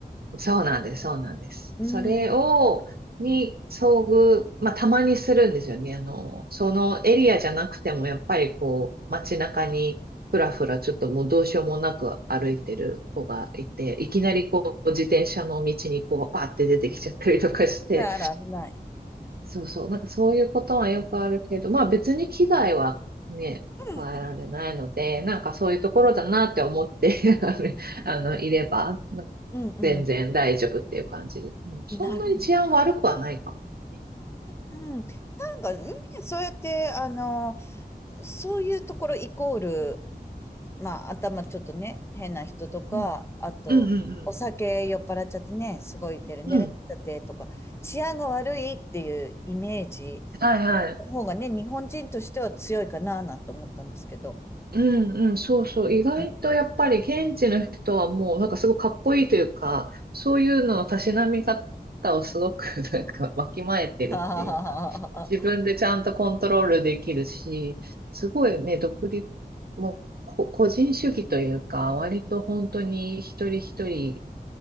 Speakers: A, on the right (about 70°); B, on the left (about 15°).
A: そうなんです、そうなんです。
B: うん。
A: それを、に遭遇、
B: あ
A: まあ、たまにするんですよね。あの、そのエリアじゃなくても、やっぱりこう、街中に、ふらふら、ちょっともうどうしようもなく歩いてる子がいて、いきなりこう、自転車の道にこう、パーって出てきちゃったりとかして、
B: らあら、危ない。
A: そうそう、なんかそういうことはよくあるけど、まあ別に危害はね、
B: うん
A: 加えられないので、なんかそういうところだなって思って <laughs> あの、<laughs> あのいれば、なんか全然大丈夫っていう感じで。
B: うん
A: うん、そんなに治安悪くはないかもね
B: うん。なる。うん。なんか、ね、そうやって、あの、そういうところイコール、まあ、頭ちょっとね、変な人とか、
A: うん
B: あと、
A: うんうん
B: お酒酔っ払っちゃってね、すごいデレデレになっちゃってとか、
A: うんうん。うん。
B: 治安が悪いっていうイメージ
A: はいはい。
B: の方がね、日本人としては強いかな、なんて思ったんですけど。
A: うんうん、そうそう。意外とやっぱり現地の人はもうなんかすごいかっこいいというか、
B: <laughs>
A: そういうののたしなみ方をすごく <laughs> なんかわきまえてるっていうか、
B: あー
A: 自分でちゃんとコントロールできるし、すごいね、独立、もうこ個人主義というか、割と本当に一人一人